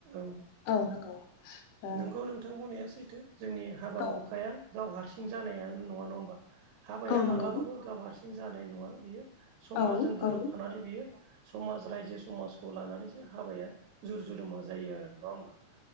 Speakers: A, on the right; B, on the left.
A: औ
B: औ नंगौ ओ
A: नोंगौ नोंथां बुंनाया सैथो जोंनि हाबा
B: औ
A: हुखाया गाव हारसिं जानायानो नङा नङा होमबा हाबाया
B: औ नंगौ
A: मालाबाबो गाव हारसिं जानाय नङा बियो समाजजों
B: औ
A: गोरोबफानानै
B: औ
A: बियो समाज रायजो समाजखौ लानानैसो हाबाया जुर जुलुमा जायो आरो नङा होमबा